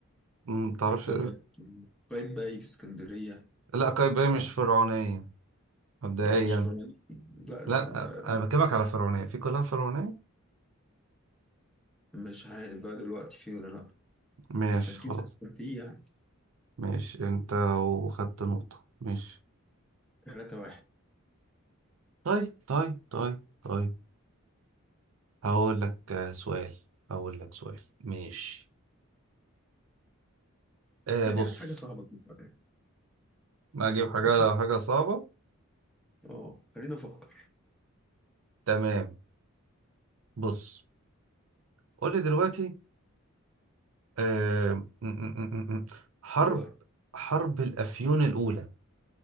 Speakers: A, on the right; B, in the centre.
A: ما تعرفش
B: في قلعة قايتباي في اسكندرية
A: لا قايتباي
B: صح؟
A: مش فرعونية مبدئيا
B: لا مش فرعين لا الفر-
A: لا انا بكلمك على فرعونية في قلاع فرعونية
B: مش عارف بقى دلوقتي في ولا لا
A: ماشي
B: بس اكيد
A: خلاص
B: زمان في يعني
A: ماشي انت وخدت نقطة ماشي
B: ثلاثة واحد
A: طيب طيب طيب طيب هقول لك آه، سؤال هقول لك سؤال ماشي آه
B: يعني
A: بص
B: هات حاجة صعبة تفكر يعني.
A: ما اجيب حاجة
B: هات حاجة
A: حاجة صعبة
B: اه خلينا افكر
A: تمام بص قول لي دلوقتي آه م- م- م- م- حرب
B: دلوقتي
A: حرب الأفيون الأولى